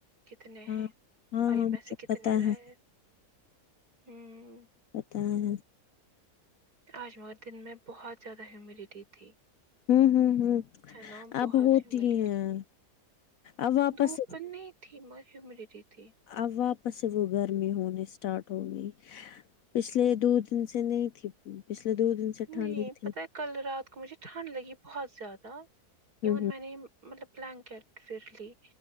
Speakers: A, on the right (about 80°); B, on the left (about 70°).
A: کتنے
B: ہاں
A: ہیں
B: ہاں
A: فائف
B: ہاں مجھے
A: میں سے کتنے
B: پتا
A: رہے
B: ہے
A: ہیں ہوں
B: ہاں
A: آج مگر دن میں بہت زیادہ ہیمیڈیٹی تھی
B: ہوں ہ ہوں
A: ہے نا بہت
B: اب ہوتی
A: ہیومیڈیٹی
B: ہیں
A: تھی
B: اب واپس
A: دھوپ نہیں تھی مر ہیمیڈیٹی تھی
B: اب واپس سے وہ گرمی ہونے اسٹارٹ ہو گئی پچھلے دو دن سے نہیں تھی پچھلے دو دن سے ٹھنڈ
A: نہیں
B: ہی تھی
A: پتہ ہے کل رات کو مجھے ٹھنڈ لگی بہت زیادہ ایون
B: ہوں ہوں
A: میں نے مطلب بلینکیٹ پھر لی